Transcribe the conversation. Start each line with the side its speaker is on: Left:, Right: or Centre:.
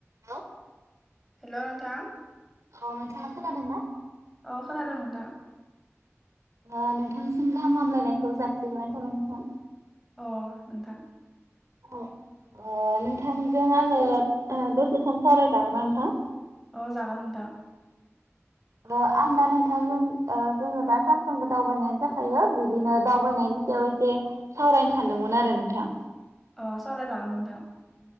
Right: हेल'।
Centre: Hello नोंथां।
Right: औ नोंथाङा खोनादों ना?
Centre: अ खोनादों नोंथां।
Right: अ नोंथांसिम गाहाम हालायनायखौ जासि हरग्रोनाय थाबाय नोंथां।
Centre: अ नोंथां
Right: औ ओ नोंथांजों आङो ओ दसे सम सावराय जागोनना नोंथां?
Centre: अ जागोन नोंथां।
Right: ओ‌ आं दा नोंथांजों ओ जोङो दा सानफ्रोमबो दावबायनायानो जाखायो बिदिनो दावबायनायनि सायाव एसे सावरायनो सानदोंमोन आरो नोंथां।
Centre: अ सावराय जागोन नोंथां।